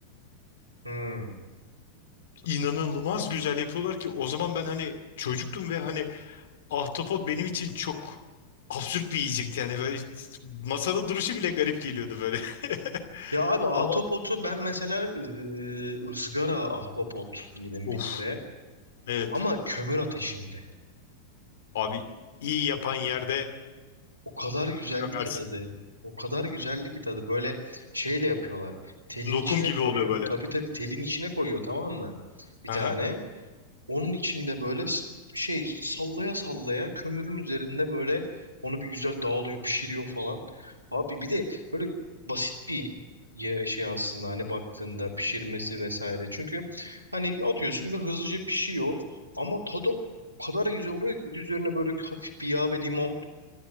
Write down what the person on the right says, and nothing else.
Hmm.
Ya abi
ahtapotu ben mesela e, ızgara ahtapot yedim
bir kere.
Ama kömür ateşinde.
O kadar güzeldi
ki tadı. O kadar güzeldi ki tadı. Böyle şeyle yapıyorlar. Telin
içine
koyuyor.
Tabii tabii telin içine koyuyor tamam mı? Bir
tane. Onun içinde böyle s- şey sallaya sallaya kömürün üzerinde böyle onu bir güzel dağılıyor, pişiriyor falan. Abi bir de böyle basit bir ye- şey aslında hani baktığında pişirmesi vesaire. Çünkü hani atıyorsun ve hızlıca pişiyor ama tadı o kadar güzel oluyor ki bir de üzerine böyle hafif bir yağ ve limon